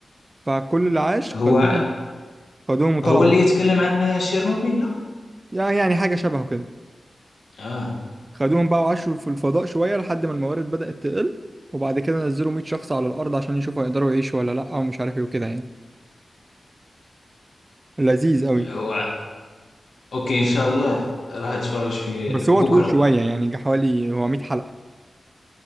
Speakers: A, on the right; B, on the left.
A: فكل اللي عاش
B: هو
A: خدوهم خدوهم وطلعوا
B: هو اللي يتكلم عن شيرنوبيل لا؟
A: يعني يعني حاجه شبهه كده
B: آه
A: خدوهم بقى وعاشوا في الفضاء شويه لحد ما الموارد بدات تقل وبعد كده نزلوا 100 شخص على الارض عشان يشوفوا يقدروا يعيشوا ولا لا ومش عارف ايه وكده يعني لذيذ قوي
B: هو أوكي إن شاء الله راح أتفرج فيه
A: بس
B: بكرة
A: هو طويل شويه يعني جه حوالي هو 100 حلقه